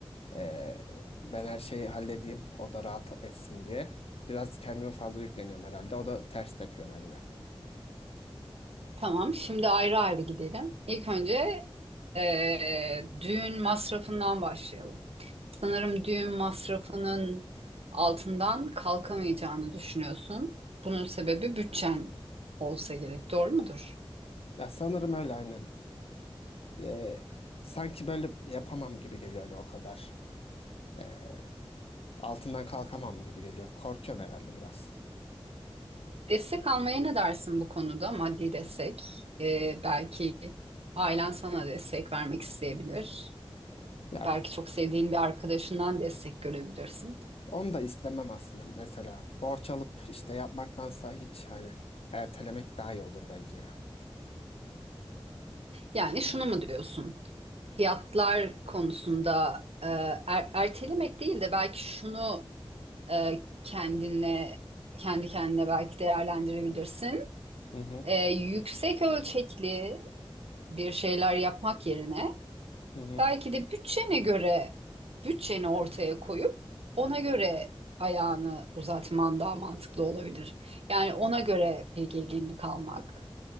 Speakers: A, on the left; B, on the right.
A: eee, ben her şeyi halledeyim. O da rahat etsin diye. Biraz kendime fazla yükleniyorum herhalde. O da ters tepiyor bende.
B: Tamam, şimdi ayrı ayrı gidelim. İlk önce eee, düğün masrafından başlayalım. Sanırım düğün masrafının altından kalkamayacağını düşünüyorsun. Bunun sebebi bütçen olsa gerek, doğru mudur?
A: Ya sanırım öyle aynen. Eee, sanki böyle yapamam gibi geliyor hani o kadar. Eee, altından kalkamam gibi geliyor. Korkuyorum herhalde biraz.
B: Destek almaya ne dersin bu konuda? Maddi destek. Ee, belki ailen sana destek vermek isteyebilir.
A: Ya
B: Belki çok sevdiğin bir arkadaşından destek görebilirsin.
A: Onu da istemem aslında mesela. Borç alıp işte yapmaktansa hiç hani ertelemek daha iyi olur bence ya.
B: Yani şunu mu diyorsun? Fiyatlar konusunda e, er- ertelemek değil de belki şunu e, kendine kendi kendine belki değerlendirebilirsin.
A: Hı hı
B: E, yüksek ölçekli bir şeyler yapmak yerine
A: hı hı
B: Belki de bütçene göre bütçeni ortaya koyup ona göre ayağını uzatman daha mantıklı olabilir. Yani ona göre bir gelinlik almak,